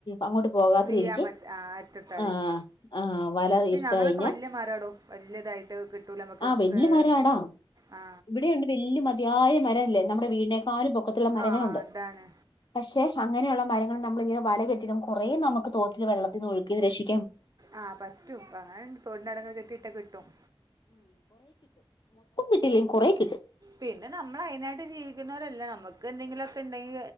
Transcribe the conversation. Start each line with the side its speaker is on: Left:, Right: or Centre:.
Left: അങ്ങോട്ട് പോകാത്ത
Right: വിയം
Left: രീതിക്ക്
Right: പറ്റ അരിത്ത് താദിരി
Left: ആഹ് ആഹ് വല
Right: പക്ഷേ
Left: ഇട്ട്
Right: ഞങ്ങൾക്കെ
Left: കഴിഞ്ഞാ
Right: വലിയമരടൊ? വലിയധയിട്ട് കിട്ടുലനമ്മക്ക്
Left: ആഹ് വല്യ
Right: കേ
Left: മരാടാ
Right: ആ
Left: ഇവിടെയുണ്ട് വലിയമതി യായ ഇല്ല ഇല്ല <unintelligible> പൊക്കത്തിലുള്ള മരങ്ങളുണ്ട്
Right: ആ അതാണ്
Left: പക്ഷേ അങ്ങനെയുള്ള മരങ്ങള് നമ്മൾ ഇങ്ങനെ വല കെട്ടിയിടും കൊറേ നമ്മുക്ക് തോട്ടിലെ വെള്ളത്തീന്ന് ഒഴിക്കീന്ന് രക്ഷി
Right: ആഹ് പറ്റും പായ തോട്ടിനവടൊക്കെ കെട്ടിയിട്ടാ കിട്ടും
Left: കിട്ടില്ലെ കൊറേ കിട്ടും
Right: പിന്നെ നമ്മള് അയിനായിട്ട് ജീവിക്കുന്നോരല്ല നമുക്ക് എന്തെങ്കിലൊക്കെ ഇണ്ടങ്കി